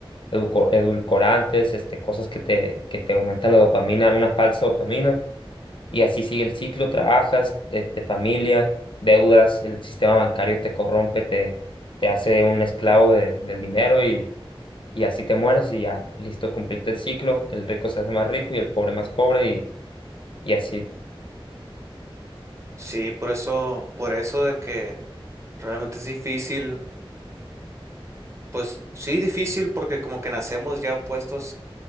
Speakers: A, on the left; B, on the right.
A: edulco- edulcorantes, este, cosas que te, que te aumentan la dopamina, una falsa dopamina y así sigue el ciclo, trabajas, este, familia, deudas, el sistema bancario te corrompe, te, te hace un esclavo de- del dinero y, y así te mueres y ya, listo, cumpliste el ciclo, el rico se hace más rico y el pobre más pobre y, y así.
B: Sí, por eso, por eso de que realmente es difícil, pues sí, difícil porque como que nacemos ya puestos